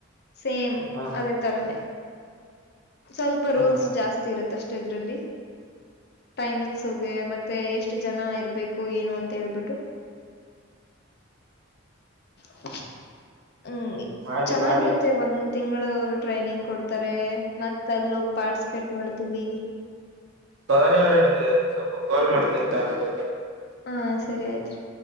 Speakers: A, on the left; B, on the right.
A: ಸೇಮ್
B: ಹಾ
A: ಅದೇ ತರನೇ ಸ್ವಲ್ಪ ರೂಲ್ಸ್
B: ಹಾ ಹಾ
A: ಜಾಸ್ತಿ. ಇರತ್ತ ಅಷ್ಟೇ ಇದ್ರಲ್ಲಿ ಟೈಮಿಂಗ್ಸುಗೆ ಮತ್ತೆ ಎಷ್ಟು ಜನ ಇರ್ಬೇಕು ಏನು ಅಂತ ಹೇಳ್ಬಿಟ್ಟು. <inaudible> ಹ್ಮ್
B: ಮಾಡಿ
A: ಚೆನ್ನಾಗಿರುತ್ತೆ
B: ಮಾಡಿ
A: ಒಂದ್ ತಿಂಗಗಳು ಟ್ರೈನಿಂಗ್ ಕೊಡ್ತಾರೆ ಮತ್ ಅಲ್ಲಿ ಹೋಗಿ ಪಾರ್ಟ್ಸ್. ಪೆಟ್ ಮಾಡ್ತೀವಿ
B: ಭವನಿ ಅವ್ರೆ ನಿಂಮ್ಗೆ ಸ್ವಲ್ಪ ಕಾಲ್ ಮಾಡ್ತಿನಿ ತಾ ಅಮೇಲೆ.
A: ಹಾ ಸರಿ ಆಯ್ತ್ರಿ